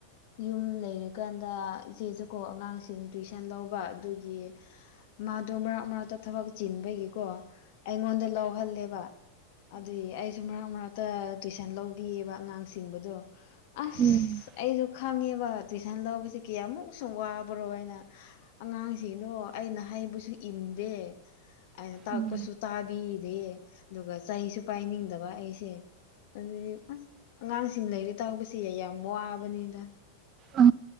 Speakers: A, on the left; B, on the right.
A: ꯌꯨꯝ ꯂꯩꯔꯤꯀꯥꯟꯗ ꯏꯆꯦꯁꯨꯀꯣ ꯑꯉꯥꯡꯁꯤꯡ ꯇꯨꯏꯤꯁꯟ ꯂꯧꯕ ꯑꯗꯨꯒꯤ ꯃꯥꯗꯣ ꯃꯔꯛ ꯃꯔꯛꯇ ꯊꯕꯛ ꯆꯤꯟꯕꯒꯤꯀꯣ ꯑꯩꯉꯣꯟꯗ ꯂꯧꯍꯜꯂꯦꯕ ꯑꯗꯨꯏ ꯑꯩ ꯃꯔꯛ ꯃꯔꯛꯇ ꯇꯨꯏꯁꯟ ꯂꯧꯕꯤꯑꯕ ꯑꯉꯥꯡꯁꯤꯡꯕꯗꯣ ꯑꯁ
B: ꯎꯝ
A: ꯑꯩꯁꯨ ꯈꯪꯉꯦꯕ ꯇꯨꯏꯁꯟ ꯂꯧꯕꯁꯦ ꯀꯌꯥꯃꯨꯛꯁꯨ ꯋꯥꯕ꯭ꯔꯣ ꯍꯥꯏꯅ ꯑꯉꯥꯡꯁꯤꯡꯗꯣ ꯑꯩꯅ ꯍꯩꯕꯁꯨ ꯏꯟꯗꯦ ꯑꯩꯅ ꯇꯥꯛꯄꯁꯨ
B: ꯎꯝ
A: ꯇꯥꯕꯤꯗꯦ ꯑꯗꯨꯒ ꯆꯍꯤꯁꯨ ꯄꯥꯏꯅꯤꯡꯗꯕ ꯑꯩꯁꯦ ꯑꯗꯨꯩ ꯑꯁ ꯑꯉꯥꯡꯁꯤꯡ ꯂꯩꯔꯤ ꯇꯥꯁꯦ ꯌꯥꯝ ꯋꯥꯕꯅꯤꯗ
B: ꯑ